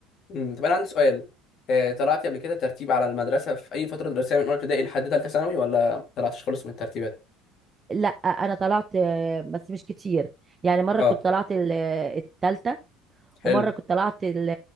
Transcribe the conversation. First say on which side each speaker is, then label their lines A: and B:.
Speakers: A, on the left; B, on the right.
A: امم طب انا عندي سؤال آه، طلعتي قبل كده ترتيب على المدرسه في اي فتره دراسيه من اولى ابتدائي لحد ثالثه ثانوي ولا ما طلعتش خالص من الترتيبات
B: لا انا طلعت آه، بس مش كتير يعني مرة
A: اه
B: كنت طلعت ال- آه، التالتة
A: حلو
B: ومره كنت طلعت ال-